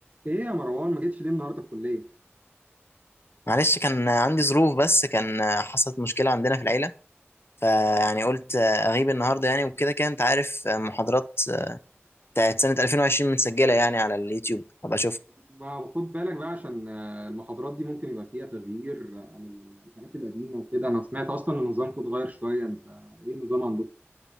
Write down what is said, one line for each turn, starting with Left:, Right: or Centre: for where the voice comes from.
Right: ايه يا مروان ما جيتش ليه النهارده الكليه
Left: معلش كان عندي ظروف بس كان حصلت مشكلة عندنا في العيلة فيعني قلت أغيب النهاردة يعني وكده كده أنت عارف محاضرات بتاعت سنة 2020 متسجلة يعني على اليوتيوب أبقى أشوف
Right: ما خد بالك بقى عشان آه، المحاضرات دي ممكن يبقى فيها تغيير آه، عن ال- الحاجات القديمه وكده انا سمعت اصلا ان نظامكم اتغير شويه انت ايه النظام عندكم